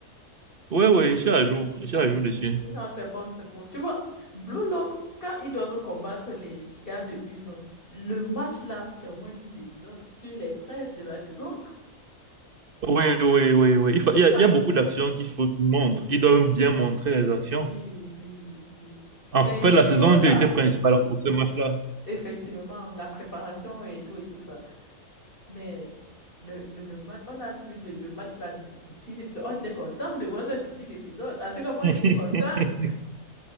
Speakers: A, on the right (about 45°); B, on the left (about 40°).
A: Oui, oui, je suis à jour. Je suis à jour dessus.
B: Non, c'est bon, c'est bon. Tu vois, Blue Lock, quand ils doivent combattre les gars de U20, le match là, c'est au moins 10 épisodes sur les treize de la saison.
A: Oui, oui, oui, oui. Il fa- il y a,
B: <laughs>
A: il y a beaucoup d'actions qu'il faut qu'ils montrent. Ils doivent bien montrer les actions.
B: Oui, oui, oui.
A: En
B: Mais
A: fait, la
B: Dio
A: saison
B: là,
A: deux était principalement pour ce match-là.
B: effectivement, la préparation et tout et tout ça. Mais le, le, le match, on a vu le, le match là, de- 10 épisodes. On était content de voir ça sur 10 épisodes. En tout cas, moi,
A: <laughs>
B: j'étais contente.